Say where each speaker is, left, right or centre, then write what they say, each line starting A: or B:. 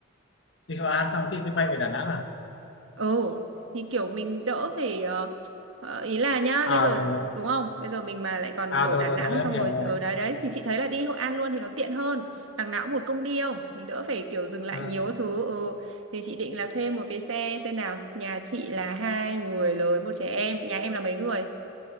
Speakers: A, on the left; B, on the right.
A: đi Hội An xong thì mới bay về Đà Nẵng à
B: Ừ thì kiểu mình đỡ phải ờ, ờ, ý là nhá
A: à
B: bây giờ
A: rồi rồi
B: đúng không bây giờ mình mà lại còn
A: à
B: ở
A: rồi
B: Đà
A: rồi,
B: Nẵng
A: rồi em
B: xong
A: hiểu
B: rồi
A: rồi
B: ở đấy đấy thì chị thấy là đi Hội An luôn thì nó tiện hơn đằng nào cũng một công đi không mình đỡ phải kiểu dừng lại
A: à,
B: nhiều các thứ ừ thì chị định là thuê một cái xe xe nào nhà chị là hai người lớn một trẻ em nhà em là mấy người